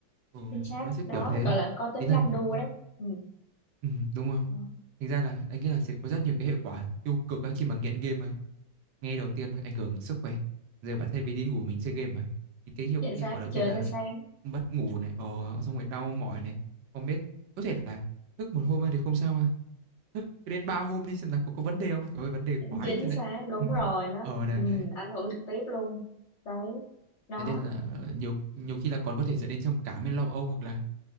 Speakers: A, on the right; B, on the left.
A: ừ,
B: chính xác
A: nó sẽ
B: đó
A: kiểu thế
B: gọi là có tính
A: tính
B: ganh
A: là
B: đua
A: ừ,
B: đấy ừ,
A: ừ, đúng rồi
B: đó.
A: thành ra là anh nghĩ là sẽ có rất nhiều cái hệ quả tiêu cực ấy khi mà nghiện game mà Nghe đầu tiên thôi ảnh hưởng sức khỏe. Giờ bảo thay vì đi ngủ mình chơi game mà. Thì cái hiệu,
B: chính xác
A: hiệu quả đầu
B: chơi
A: tiên là
B: tới sáng
A: mất ngủ này, ờ, xong rồi đau mỏi này, không biết có thể là thức một hôm thì không sao à. Thức đến 3 hôm đi xem là có có vấn đề không. Trời ơi vấn đề quá ấy
B: chính
A: chứ này.
B: xác đúng
A: <laughs>
B: rồi nó
A: Ờ đấy.
B: ừ, ảnh hưởng trực tiếp luôn đấy nó
A: Thế nên là nhiều nhiều khi là còn có thể dẫn đến trầm cảm hay lo âu hoặc là